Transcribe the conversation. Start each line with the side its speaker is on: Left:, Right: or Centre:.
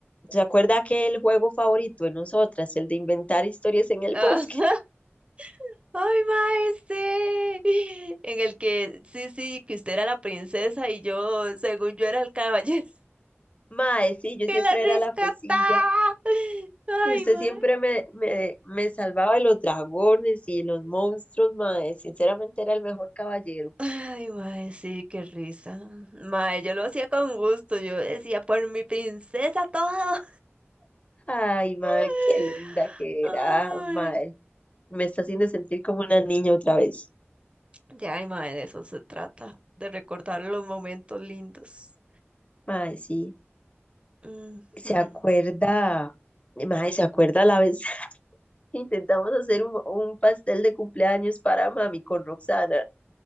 Left: se acuerda que el juego favorito de nosotras, el de inventar historias en el
Right: Ajá.
Left: bosque? <laughs>
Right: <laughs> Ay, mae, sí. <laughs> En el que, sí, sí, que usted era la princesa y yo, según yo, era el caballero
Left: Mae,
Right: <laughs>
Left: sí, yo
Right: que
Left: siempre
Right: la rescataba.
Left: era la fresilla.
Right: <laughs> Ay,
Left: Y usted
Right: mae.
Left: siempre me, me, me salvaba de los dragones y los monstruos, mae. Sinceramente era el mejor caballero.
Right: Ay, mae, sí, qué risa. Mae, yo lo hacía con gusto. Yo decía, por mi princesa todo.
Left: Ay, mae,
Right: <laughs>
Left: qué linda que era,
Right: Ay.
Left: mae. Me está haciendo sentir como una niña otra vez.
Right: Ya, ay, mae, de eso se trata, de recordar los momentos lindos.
Left: Mae, sí.
Right: Ujú.
Left: ¿Se acuerda? Mae, ¿se acuerda la vez <laughs> que intentamos hacer un, un pastel de cumpleaños para mami con Roxana?